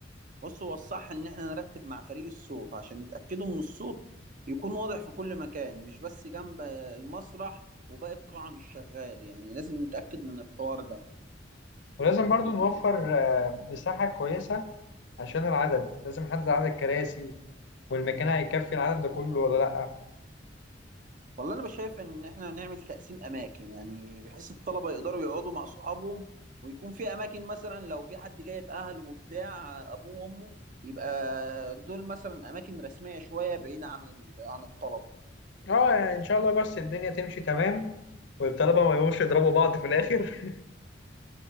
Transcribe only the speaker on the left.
ولازم برضو نوفر آه مساحه كويسه عشان العدد لازم نحدد عدد الكراسي والمكان هيكفي العدد ده كله ولا لا
اه يعني ان شاء الله بس الدنيا تمشي تمام والطلبة ما يقوموش يضربوا بعض في الآخر